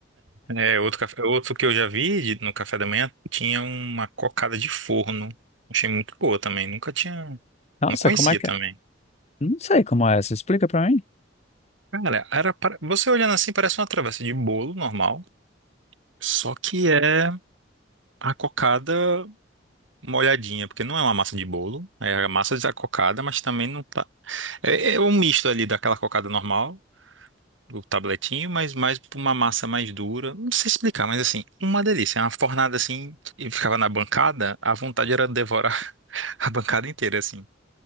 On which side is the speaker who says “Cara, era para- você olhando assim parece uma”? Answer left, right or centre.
Right